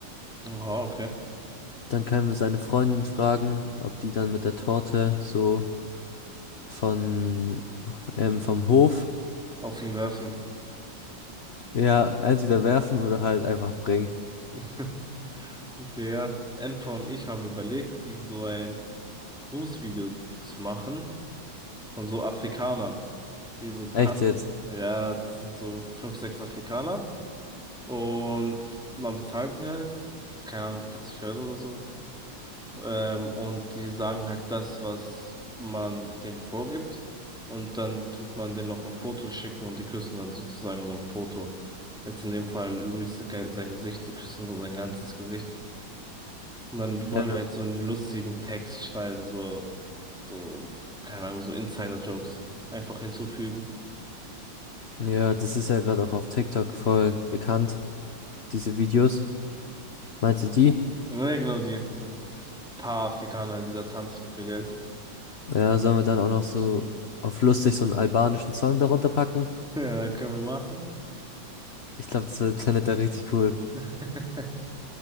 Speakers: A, in the centre; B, on the left.
A: Aha, okay.
B: Dann können wir seine Freundin fragen, ob die dann mit der Torte so von ähm, vom Hof
A: Auf ihn werfen.
B: ja entweder werfen oder halt einfach bringen.
A: <laughs> Okay, ja. Enfer und ich haben überlegt, ihm so ein Grußvideo zu machen von so Afrikanern, die so tanzen.
B: Echt jetzt?
A: Ja, das sind so fünf, sechs Afrikaner. Und man bezahlt die halt, keine Ahnung, 40 Euro oder so. Ähm, und die sagen halt das, was man denen vorgibt. Und dann tut man denen noch ein Foto schicken und die küssen dann sozusagen so ein Foto. Jetzt in dem Fall Luis ge- sein Gesicht, die küssen so sein ganzes Gesicht. Und dann wollen
B: Ja,
A: wir jetzt so einen lustigen Text schreiben, so, so, keine Ahnung, so Insider-Jokes einfach hinzufügen.
B: Ja, das ist ja gerade auch auf TikTok voll bekannt, diese Videos. Meinst du die?
A: Ja, genau die. So ein paar Afrikaner, die da tanzen für Geld. <laughs>
B: Ja, sollen wir dann auch noch so auf lustig so einen albanischen Song darunter packen?
A: Ja, können wir machen.
B: Ich glaube, das wird- klingt da richtig cool.
A: <laughs>